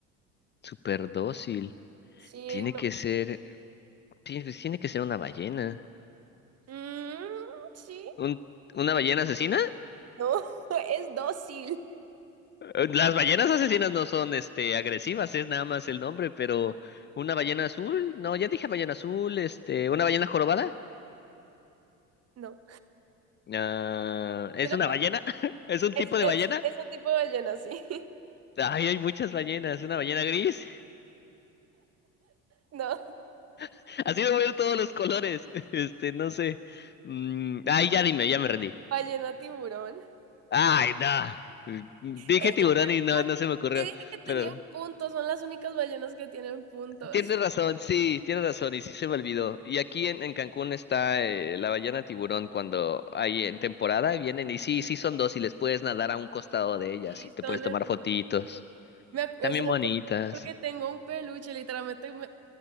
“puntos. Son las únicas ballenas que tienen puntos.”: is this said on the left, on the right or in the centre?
Right